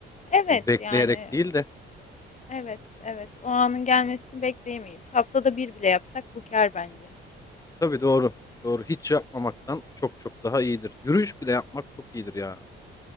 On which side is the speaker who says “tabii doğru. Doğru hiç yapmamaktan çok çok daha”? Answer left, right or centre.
Left